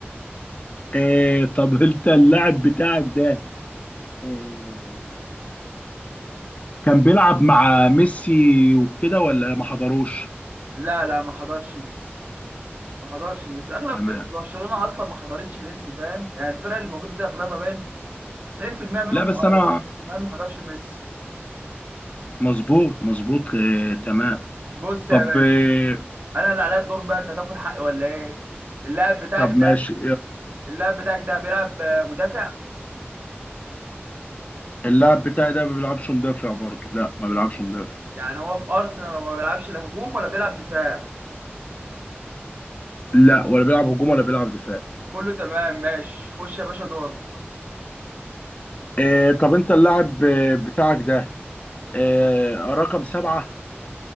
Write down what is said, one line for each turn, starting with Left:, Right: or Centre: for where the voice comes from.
Left: إيه طب انت اللاعب بتاعك ده إيه كان بيلعب مع ميسي وكده ولا ما حضروش
Right: لا لا ما حضرش ميسي ما حضرش ميسي اغلب
Left: تمام
Right: فرقه برشلونه اصلا ما حضرتش ميسي فاهم يعني الفرقه اللي موجوده دي اغلبها باين 90% منهم
Left: لا بس
Right: او
Left: انا
Right: اكتر كمان ما حضرش ميسي
Left: مظبوط مظبوط إيه تمام
Right: بص
Left: طب
Right: يا باشا
Left: إيه
Right: انا اللي عليا الدور بقى انت هتاكل حقي ولا ايه اللاعب بتاعك
Left: طب ماشي
Right: ده اللاعب بتاعك ده بيلعب آه، مدافع
Left: اللاعب بتاعي ده ما بيلعبش مدافع برضه لا ما بيلعبش مدافع
Right: يعني هو في ارسنال ما بيلعبش لا هجوم ولا بيلعب دفاع
Left: لا ولا بيلعب هجوم ولا بيلعب دفاع
Right: كله تمام ماشي خش يا باشا دور
Left: آه طب انت اللاعب آه، بتاعك ده آه رقم سبعة